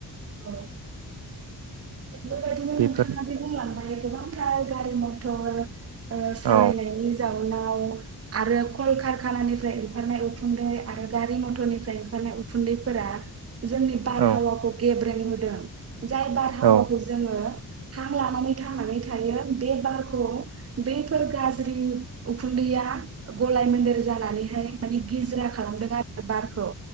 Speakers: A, on the right; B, on the right.
A: औ। बे बेफोरबायदिनो
B: बेफोर
A: नोंथाङा बे बुंलांबाय गोबांथार गारि मटर ओ
B: औ
A: सालायनायनि जाउनाव नाव आरो कलकारखानि फ्राय ओंखारनाय उखुन्दै आरो गारि मथरनिफ्राय ओंखारनाय उखुन्दैफोरा जोंनि बारहावाखौ
B: औ
A: गेब्रें होबोदों। जाय बारहावा
B: औ
A: खौ जोङो हां लानानै थांनानै थायो बे बारखौ बैफोर गाज्रि उखुन्दैया गलाय मोन्देर जानानैहाय माने गिज्रा खालामदों आरो बारखौ।